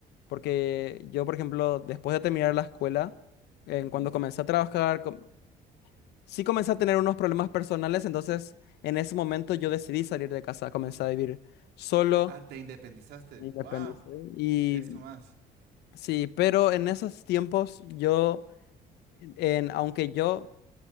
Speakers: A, on the left; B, on the right.
A: porque yo, por ejemplo, después de terminar la escuela, en
B: Ujú.
A: cuando comencé a trabajar, com- sí comencé a tener unos problemas personales, entonces en ese momento yo decidí salir de casa, comencé a vivir solo,
B: Ah, te independizaste.
A: me independicé.
B: ¡Wow!
A: Y
B: Eso más.
A: sí, pero en esos tiempos yo, en, aunque yo